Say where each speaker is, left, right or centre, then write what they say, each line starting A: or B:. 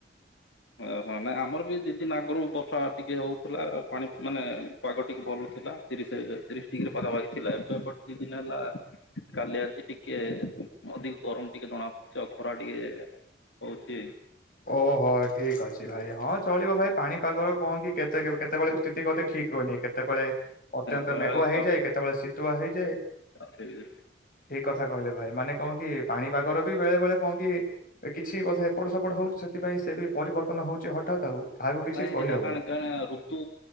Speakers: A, on the left; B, on the left.
A: ଓହୋ ନାଇଁ ଆମର ବି ଦୀଦିନ ଆଗରୁ ବର୍ଷା ଟିକେ ହଉଥିଲା ପାଣି ମାନେ ପାଗ ଟିକେ ଭଲ ଥିଲା। ତିରିଶ ତିରିଶ ଡିଗ୍ରୀ ପାଖା ପକ୍ଷୀ ଥିଲା ଏବେ ଗୋଟେ ଦି ଦିନ ହେଲା। କାଲି ଆଜି ଟିକେ ଅଧିକ ଗରମ ଟିକେ ଜଣା ପଡୁଛି ଖରା ଟିକେ। ହଉଛି।
B: ଓହୋ ଠିକ୍ ଅଛି ଭାଇ ହଁ ଚଳିବ ଭାଇ ପାଣି ପାଗର କଣ କି କେତେ କେତେବେଳେ ବି ସ୍ଥିତି ଗତିି ଠିକ ରହୁହନି କେତବେଳେ ଅତ୍ୟନ୍ତ
A: ତ
B: ମେଘୁଆ
A: ଆଉ
B: ହେଇଯାଏ କେତେବେଳେ ଶୀତୁଆ ହେଇଯାଏ।
A: ସେଇ
B: ଠିକ କଥା କହିଲେ ଭାଇ ମାନେ କନ କି ପାଣିପାଗର ବି ବେଳେ ବେଳେ କଣ କି କିଛି ବୋଧେ ଏପଟ ସେପଟ ହଉଛି ସେଥିପାଇଁ ସେ ବି ପରିବର୍ତ୍ତନ ହଉଛି ହଠାତ୍ ଆଉ। କାହାକୁ କିଛି
A: ହ ଏଇଟା
B: କହିହବ
A: କଣ କଣ ରୁ ଋତୁ